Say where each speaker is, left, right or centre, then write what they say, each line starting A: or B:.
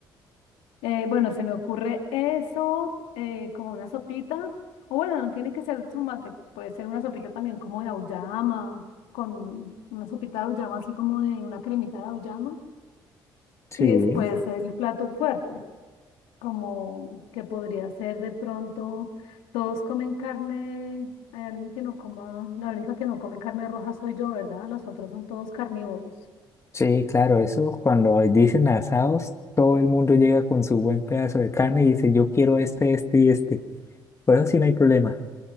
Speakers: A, on the left; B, on the left.
A: eh, bueno, se me ocurre eso, eh, como una sopita. O bueno, no tiene que ser de tomate, puede ser una sopita también como de auyama, con una sopita de auyama, así como de una cremita de auyama.
B: Sí,
A: Y después el plato fuerte. como que podría ser de pronto, todos comen carne, hay alguien que no coma, la única que no come carne roja soy yo, ¿verdad? Los otros son todos carnívoros.
B: sí, claro, eso cuando dicen asados, todo el mundo llega con su buen pedazo de carne y dice, yo quiero este, este y este. Bueno, sí, no hay problema.